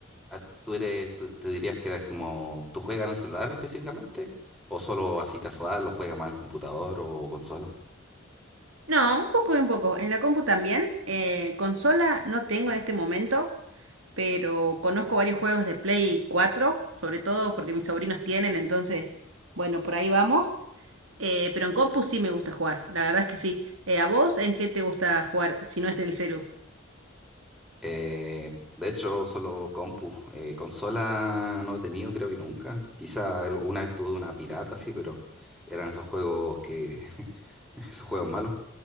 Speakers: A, in the centre; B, on the right (about 80°).
A: a- tú eres, tú, te dirías que eras como, ¿tú juegas en el celular específicamente? ¿O solo así casual, o juegas más en el computador o consola?
B: No, un poco y un poco. En la compu también. eh, consola no tengo en este momento. pero conozco varios juegos de Play cuatro sobre todo porque mis sobrinos tienen, entonces, bueno, por ahí vamos. Eh, pero en compu sí me gusta jugar, la verdad es que sí. Eh, ¿a vos en qué te gusta jugar si no es en el celu?
A: Eh, de hecho, solo compu. eh, consola no he tenido, creo que nunca. Quizá el- una vez tuve una pirata, sí, pero eran esos juegos que... <laughs> esos juegos malos.